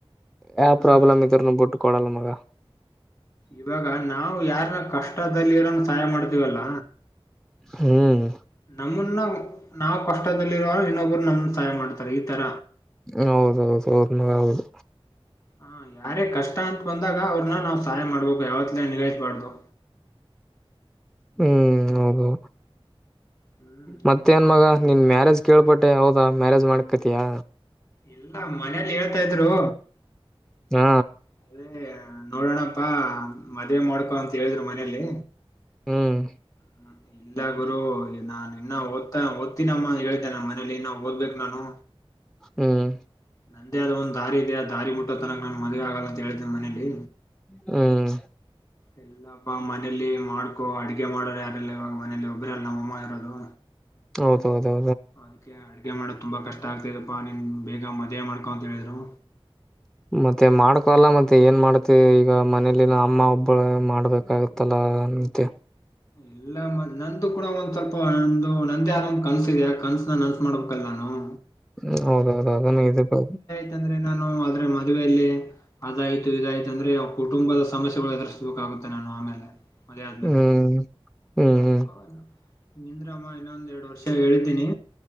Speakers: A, in the centre; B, on the left (about 35°).
A: ಯಾವ
B: ಹ
A: ಪ್ರಾಬ್ಲಮ್ ಇದ್ರನು ಬಿಟ್ಟ ಕೊಡಲ್ಲ ಮಗ.
B: ಇವಾಗ ನಾವು ಯಾರನ್ನ ಕಷ್ಟದಲ್ಲಿ ಇರೋನ ಸಹಾಯ ಮಾಡ್ತೀವಲ್ಲ.
A: ಹ್ಮ್.
B: ನಮ್ಮನ್ನ ನಾವ್ ಕಷ್ಟದಲ್ಲಿರುವೋರು ಇನ್ನೊಬ್ಬರು ನಮ್ಮನ್ನ ಸಹಾಯ ಮಾಡ್ತಾರೆ ಈ ತರ.
A: ಹೌದೌದು ಹೌದ ಮಗಾ ಹೌದು.
B: ಹ ಯಾರೇ ಕಷ್ಟ ಅಂತ ಬಂದಾಗ ಅವ್ರನ್ನ ನಾವ್ ಸಹಾಯ ಮಾಡ್ಬೇಕು ಯಾವತ್ಲ ನಿಗಾಯಿಸಬಾರ್ದು.
A: ಹ್ಮ್ ಹೌದು
B: ಹ್ಮ್
A: ಮತ್ತ ನ್ ಮಗ
B: ಇನ್
A: ನಿನ್ ಮ್ಯಾರೇಜ್ ಕೇಳಪಟ್ಟೆ ಹೌದಾ ಮ್ಯಾರೇಜ್ ಮಾಡ್ಕತಿಯಾ.
B: ಇಲ್ಲ ಮನೇಲಿ ಹೇಳ್ತಾ ಇದ್ರು.
A: ಹ್ಮ.
B: ಅದೇ ನೋಡೋಣಪ್ಪಾ ಮದ್ವೆ ಮಾಡ್ಕೊ ಅಂತ ಹೇಳಿದ್ರು ಮನೇಲಿ.
A: ಹ್ಮ್.
B: ಹ್ಮ್. ಇಲ್ಲ ಗುರು ನಾನ್ ಇನ್ನ ಓದ್ತಾ ಓದ್ತಿನಮ್ಮ ಹೇಳಿದ್ದೇ ನಮ್ಮ ಮನೆಲಿ ಇನ್ನ ಓದ್ಬೇಕು ನಾನು.
A: ಹ್ಮ್.
B: ನಂದೇ ಆದ ಒಂದ ದಾರಿ ಇದೆ ಆ ದಾರಿ ಮುಟ್ಟೋ ತನಕ ನಾನ್ ಮದುವೆ ಆಗಲ್ಲ ಅಂತ ಹೇಳಿದೀನಿ ಮನೇಲಿ.
A: ಹ್ಮ್
B: ಇಲ್ಲಪ್ಪ ಮನೇಲಿ ಮಾಡ್ಕೊ ಅಡಗೆ ಮಾಡರು ಯಾರಿಲ್ಲ ಇವಾಗ ಮನೇಲಿ ಒಬ್ಬ್ರ ಅಲ್ಲ ನಮ್ಮಮ್ಮ ಇರೋದು.
A: ಹೌದೌದು.
B: ಅದಕ್ಕೆ ಅಡುಗೆ ಮಾಡೋಕ್ ತುಂಬಾ ಕಷ್ಟ ಆಗ್ತದಪ್ಪಾ ನೀನ್ ಬೇಗ ಮದುವೆ ಮಾಡ್ಕೊ ಅಂತ ಹೇಳಿದ್ರು.
A: ಮತ್ತೆ ಮಾಡ್ಕೊಲ್ಲ ಮತ್ತೆ ಏನ್ ಮಾಡ್ತಿ ಈಗ ಮನೇಲಿನ ಅಮ್ಮ ಒಬ್ಬಳ ಮಾಡ್ಬೇಕಾ. <unintelligible>
B: ಇಲ್ಲ ಮ ನಂದು ಕೂಡ ಒಂದ್ ಸ್ವಲ್ಪ ಒಂದು ನಂದೇ ಆದ ಒಂದ ಕನ್ಸ ಇದೆ ಆ ಕನ್ಸನ ನನ್ಸ ಮಾಡ್ಬೇಕಲ್ಲ ನಾನು.
A: ಹ್ಮ ಹೌದೌದು ಅದನ್ನ ಇದದು.
B: ಯಾಕಂದ್ರೆ ನಾನು ಆದ್ರೆ ಮದುವೆಯಲ್ಲಿ. ಅದಾಯ್ತು ಇದಾಯ್ತುಂದ್ರೆ ಕುಟುಂಬದ ಸಮಸ್ಯೆಗಳು ಎದುರಿಸಸ್ಬೇಕಾಗುತ್ತೆ ನಾನು ಆಮೇಲೆ. ಮದ್ವೆ ಆದ್ಮೇಲೆ
A: ಹ್ಮ್ ಹ್ಮ್
B: ಅದ್ಕಕೆ
A: ಹ್ಮ್
B: ವಲ್ಲೆ. ನಿಂದ್ರಮ್ಮ ಇನ್ನೊಂದ ಎರಡ್ ವರ್ಷ ಹೇಳಿದ್ದೀನಿ.